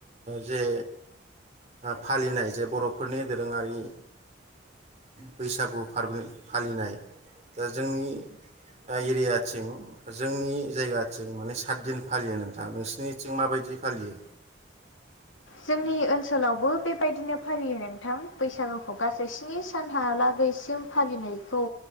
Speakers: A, on the right; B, on the left.
A: जे फालिनाय जे बर'फोरनि दोरोङारि बैसागु फालिनाय दा जोंनि एरियाथिं जोंनि जायगाथिं माने सात दिन फालियो नोंथाङा नोंस सनिथिं माबायदि फालियो
B: जोंनि ओनसोलावबो बेबायदिनो फालियो नोंथां बैसागुखौ गासै स्नि सानहालागैसिम फालिनायखौ